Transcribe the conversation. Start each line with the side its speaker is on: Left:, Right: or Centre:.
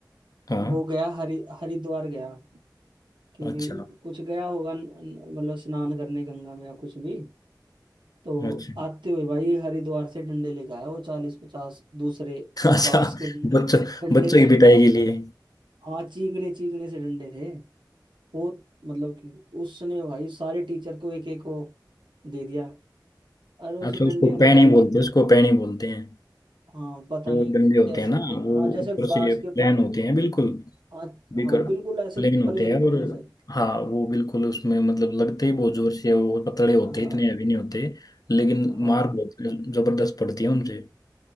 Left: हाँ
Right: वो गया हरि हरिद्वार गया कि
Left: अच्छा
Right: भी कुछ गया होगा न- न- मतलब स्नान करने गंगा में या कुछ भी तो
Left: अच्छा
Right: आते हुए भाई हरिद्वार से डंडे लेके आया वो चालीस पचास दूसरे
Left: <laughs> अच्छा
Right: वो बांस के डंडे
Left: बच्चों
Right: डंडे
Left: बच्चों
Right: ना
Left: की पिटाई के लिए
Right: आ चीकने चीकने से डंडे थे वो मतलब कि उसने भाई सारे टीचर को एक एक को दे दिया अरे उस
Left: अच्छा
Right: डंडे
Left: उसको
Right: ने
Left: पैनी
Right: भाई
Left: बोलते हैं उसको पैनी बोलते हैं
Right: हाँ पता
Left: जो
Right: नहीं
Left: डंडे होते
Right: कैसे
Left: हैं ना
Right: थे
Left: वो
Right: हाँ जैसे
Left: ऊपर
Right: बांस
Left: से
Right: के
Left: प्लेन
Right: पतले
Left: होते हैं बिल्कुल
Right: हाँ
Left: बिकर
Right: हाँ बिल्कुल ऐसे
Left: प्लेन होते
Right: प्लेन
Left: हैं
Right: प्लेन
Left: और
Right: से
Left: हाँ वो बिल्कुल उसमें मतलब लगते ही
Right: हाँ
Left: बहुत जोर से है, वो पतले होते
Right: हाँ
Left: हैं, इतने हैवी नहीं होते लेकिन
Right: हाँ
Left: मार बहुत जबरदस्त पड़ती है उनसे